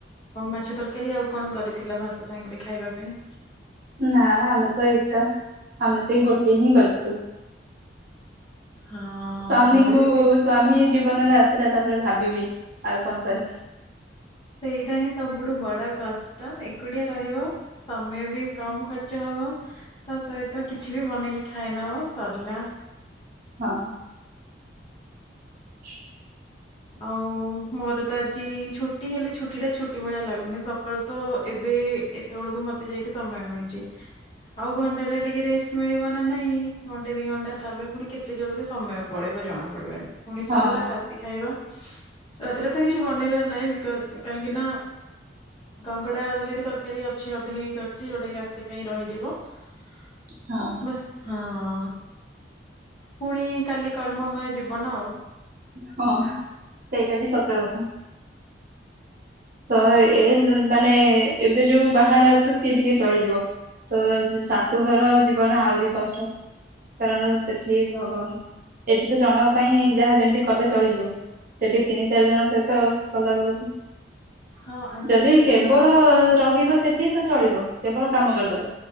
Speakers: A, on the left; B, on the right.
A: ଆଉ ମାଛ ତରକାରୀ ଆଉ କଣ କରିଥିଲ ଭାତ ସାଙ୍ଗରେ ଖାଇବା ପାଇଁ?
B: ନା ଆମେ ତ ଏକା ଆମେ ସେ ଗୋଟେ ହିଁ କରିଥିଲୁ।
A: ହଁ
B: ସ୍ଵାମୀଙ୍କୁ
A: ଆମର ବି ସେଇ
B: ସ୍ଵାମୀ ଜୀବନରେ ଆସିଲା ତାପରେ ଭାବିବି ଆଉ କଣ କରିବି।
A: ସେଇଟା ହିଁ ସବୁଠୁ ବଡ କଷ୍ଟ ଏକୁଟିଆ ରହିବ ସମୟ ବି କମ ଖର୍ଚ୍ଚ ହବ ତା ସହିତ କିଛି ବି ବନେଇକି ଖାଇ ନବ ସରିଲା।
B: ହଁ। <inaudible>
A: ଆଉ ମୋର ତ ଆଜି ଛୁଟି ହେଲେ ଛୁଟି ଟା ଛୁଟି ଭଳିଆ ଲାଗୁନି ସକାଳୁ ତ ଏବେ ଏତେବେଳକୁ ମତେ ଯାଇକି ସମୟ ମିଳୁଚି। ଆଉ ଘଣ୍ଟା ଟା ଟିକେ ରେଷ୍ଟ ମିଳିବ ନା ନାଇଁ ଘଣ୍ଟେ ଦି ଘଣ୍ଟା ତାପରେ ପୁଣି କେ ଏତେ ଜଲଦି ସମୟ ପଳେଇବ ଜଣା ପଡିବନି ପୁଣି
B: ହଁ
A: ସରିଲା ରାତି ଖାଇବା ରାତିରେ ତ କିଛି ବନେଇବାର ନାହିଁ ବିକ କାହିଁକି ନା କଙ୍କଡା ଅଲରେଡ଼ି ତରକାରୀ ଅଛି ଅଧିକ ହେଇକି ଅଛି ଯୋଉଟା କିି ରାତି ପାଇଁ ରହିଯିବ <unintelligible>
B: ହଁ
A: ହଁ। ପୁଣି କାଲି କର୍ମମୟ ଜୀବନ ଆଉ।
B: ହଁ ସେଇଟା ବି ସତ କଥା। ତ
A: ହଁ
B: ଏ ମାନେ ଏବେ ଯୋଉ ବାହାରେ ଅଛ ସିଏ ଟିକେ ଚଳିଯିବ ତ ଶାଶୁଘର ଜୀବନ ଆହୁରି କଷ୍ଟ କାରଣ ସେଠି ଭଗବାନ ଏଠି ତ ଜଣ ପାଇଁ ଯାହା ଯେମିତି କଲେ ଚଳିଯିବ। ସେଠି ତିନି ଚାରି ଜଣ ସହିତ କଲା ବେଳକୁ
A: ହଁ ଆ
B: ଯଦି କେବଳ
A: ଆ-
B: ଅ ରହିବ ସେଠି ତ ଚଳିବ କେବଳ କାମ କରିଦବ